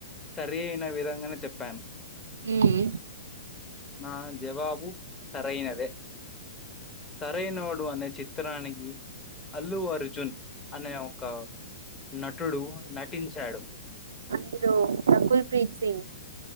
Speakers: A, on the left; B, on the right.
A: సరి అయిన విధంగానే చెప్పాను.
B: ఉమ్
A: నా జవాబు సరైన తరైనోడు అనే చిత్రనికి అల్లు అర్జున్ అనే ఒక నటుడు నటించాడు
B: హీరో రకుల్ ప్రీత్ సింగ్